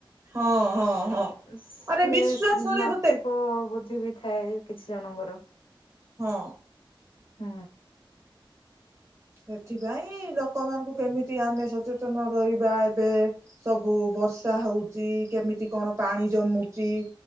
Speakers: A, on the right; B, on the left.
A: ହଁ ହଁ ହଁ।
B: ସେ
A: ଆରେ ବିଶ୍ଵାସରେ
B: ନାସ୍ତିକ
A: ଗୋଟେ
B: ବୁଦ୍ଧି ଭି ଥାଏ କିଛି ଜଣଙ୍କର।
A: ହଁ।
B: ହୁଁ।
A: ସେଥିପାଇଁ ଲୋକମାନଙ୍କୁ କେମିତି ଆମେ ସଚେତନ ରହିବା ଏବେ। ସବୁ ବର୍ଷା ହଉଛି କେମିତି କଣ ପାଣି ଜମୁଚି?